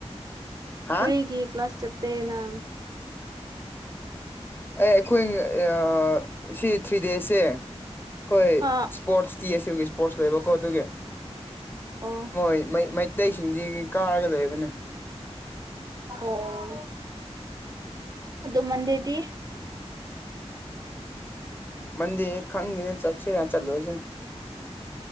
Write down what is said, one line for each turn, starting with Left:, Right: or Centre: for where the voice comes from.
Left: ꯍꯥ
Right: ꯀꯔꯤꯒꯤ ꯀ꯭ꯂꯥꯁ ꯆꯠꯇꯦ ꯅꯪ
Left: ꯑꯦ ꯑꯩꯈꯣꯏ <unintelligible> ꯁꯤ ꯊ꯭ꯔꯤ ꯗꯦꯖꯁꯦ ꯑꯩꯈꯣꯏ
Right: ꯑꯥ
Left: ꯏꯁꯄꯣꯔꯠꯁ ꯇꯤ ꯑꯁ ꯒꯤ ꯏꯁꯄꯣꯔꯠꯁ ꯂꯩꯕꯀꯣ ꯑꯗꯨꯒꯤ
Right: ꯑꯣ
Left: ꯃꯣꯏ ꯃꯩ ꯃꯩꯇꯩꯁꯤꯡꯗꯤ ꯀꯥꯔꯒ ꯂꯩꯕꯅꯦ
Right: ꯑꯣ ꯑꯗꯨ ꯃꯟꯗꯦꯗꯤ
Left: ꯃꯟꯗꯦ ꯈꯪꯗꯦ ꯆꯠꯁꯤꯔꯥ ꯆꯜꯂꯣꯏꯁꯤꯔꯥ